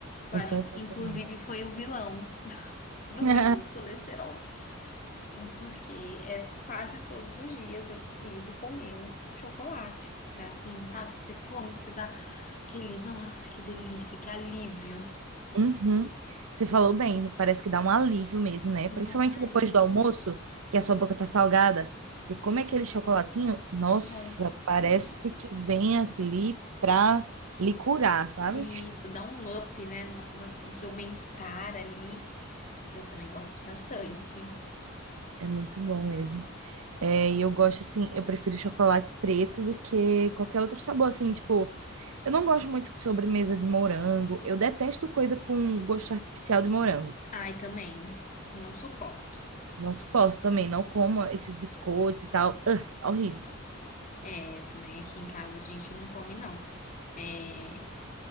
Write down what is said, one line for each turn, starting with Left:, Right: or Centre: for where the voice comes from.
Left: Eu
Right: eu
Left: acho
Right: sou assim
Left: que inclusive
Right: também.
Left: foi o vilão do
Right: <laughs>
Left: meu colesterol. Hum, Porque é quase todos os dias eu preciso comer um chocolate. Pra assim, sabe? Que você come, que você dá aquele, nossa, que delícia, que alívio.
Right: Uhum. Você falou bem, parece que dá um alívio mesmo, né?
Left: Não
Right: Principalmente
Left: é?
Right: depois do almoço, que a sua boca tá salgada. Você come aquele chocolatinho, nossa,
Left: Pronto.
Right: parece
Left: acabou.
Right: que vem ali pra lhe curar, sabe?
Left: E isso dá um up, né? No, no- no seu bem-estar ali. Eu também gosto bastante.
Right: É muito bom mesmo. É, e eu gosto assim, eu prefiro chocolate preto do que qualquer outro sabor, assim, tipo, eu não gosto muito de sobremesa de morango, eu detesto coisa com gosto artificial de morango.
Left: Ai, também. Não suporto.
Right: Não suporto também, não como esses biscoitos e tal. Ugh, horrível.
Left: É, eu também aqui em casa a gente não come, não. É,